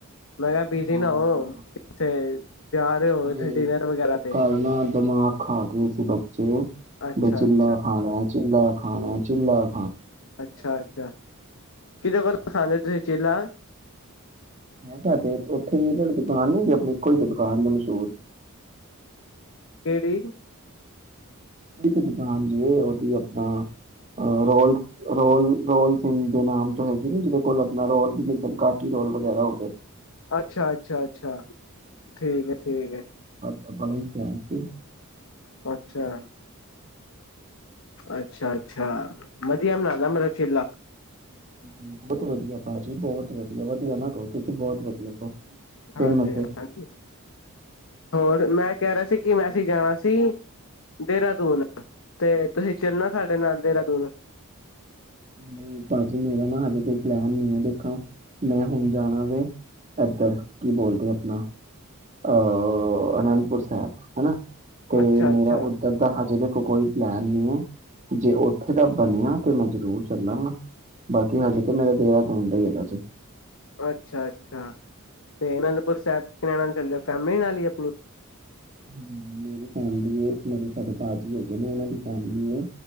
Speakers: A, on the left; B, on the right.
A: ਮੈਂ ਕਿਹਾ ਬਿਜੀ
B: ਹਾਂ
A: ਨਾ ਹੋ ਕਿਥੇ ਜਾ ਰਹੇ ਹੋ
B: ਅ
A: ਡਿਨਰ ਵਗੈਰਾ ਤੇ
B: ਕਰਨਾ ਦਿਮਾਗ ਖਾ ਕੇ ਸੀ ਬੱਚੇ
A: ਅੱਛਾ
B: ਬ ਚਿੱਲਾ
A: ਅੱਛਾ
B: ਖਾਣਾ ਚਿੱਲਾ ਖਾਣੇ ਚਝਿੱ ਲਾਗ
A: ਅੱਛਾ ਅੱਛਾ ਕਿਤੇ ਕਰ ਖਾਦੇ ਹੋ ਤੁਸੀਂ ਚਲਾ
B: ਤੁਡੇ ਉੱਥੇ ਹੀ ਦੁਕਾਨ ਨੀਗੀ ਆਪਣੀ ਇੱਕੋ ਹੀ ਦੁਕਾਨ ਨੇ ਮਸ਼ਹੂਰ
A: ਕਿੜੀ
B: ਦੁਕਾਨ ਜਵੇ ਉਹਦੀ ਆਪਣਾ ਰੋਲ ਰੋ ਰੋਲ ਦੇ ਨਾਮ ਤੋਂ ਹੈ ਨਾ ਜਿਹਦੇ ਕੋਲਣਾ ਰੋਲ ਕਾ ਰੋਲ ਵਗਰਾ ਹੋਵੇ
A: ਅੱਛਾ ਅੱਛਾ ਅੱਛਾ ਠੀਕ ਠੀਕ ਹੈ
B: ਸਸੀ
A: ਅੱਛਾ ਅੱਛਾ ਅੱਛਾ <inaudible>
B: ਬਹੁਤ ਵਧੀਆ ਭਾਜੀੀ ਬਹੁਤ ਵਧੀਆ ਵਧੀਆ ਨਾ ਕਹੋ ਤੁੀ ਬਹੁਤ ਵਧੀਆ ਕਹੋ
A: ਹਾਂਜੀ
B: ਫੇਮਸ
A: ਹਾਂਜੀ
B: ਹੈ
A: ਹੋਰ ਮੈਂ ਕਹਿ ਰਿਹਾ ਸੀ ਕਿ ਮੈਂ ਅਸੀਂ ਜਾਣਾ ਸੀ ਦੇਹਰਾਦੂਨ ਤੇ ਤੁਸੀਂ ਚੱਲਣਾ ਸਾਡੇ ਨਾਲ ਦੇਹਰਾਦੂਨ
B: ਨਹੀਂ ਭਾਜੀ ਮੇਰਾ ਨਾ ਹਜੇ ਕੋਈ ਪਲੈਨ ਨਹੀਂ ਹੈ ਦੇਖੋ ਮੈਂ ਹੁਣ ਜਾਣਾ ਵ ਇਏਧਰ ਕੀ ਬੋਲਦੇ ਆਪਣਾ ਅਹ ਅਨੰਦਪੁਰ ਸਾਹਿਬ ਹਨਾ ਤੇ
A: ਅੱਛਾ-ਅੱਛਾ,
B: ਮੇਰਾ ਉੱਧਰ ਦਾ ਹਜੇ ਕੋਈ ਪਲੈਨ ਨੀ ਹੈ ਜੇ ਉੱਥੇ ਦਾ ਬਣਿਆ ਤੇ ਮੈਂ ਜਰੂਰ ਚੱਲਾਂਗਾ ਬਾਕੀ ਹਜੇ ਤੇ ਮੇਰਾ ਦੇਰਾ ਟਣਦਾ ਹੈਗਾ ਜ
A: ਅੱਛਾ ਅੱਛਾ ਤੇ ਇਹਨਾਂ ਨੂੰ ਸਾਹਿਬ ਕਿ ਨਾਲ ਚੱਲ ਰਿ ਫੈਮਿਲੀ ਨਾਲ ਹੀ ਹਮ
B: ਹ ਮੇਰੀ ਫੈਮਿਲੀ ਹੈ ਮੇਰੇ ਸਾਡੇ ਪਾ ਜਗੇ ਨੇ ਉਹਨਾਂ ਦੀ ਫੈਮਿਲੀ ਹੈ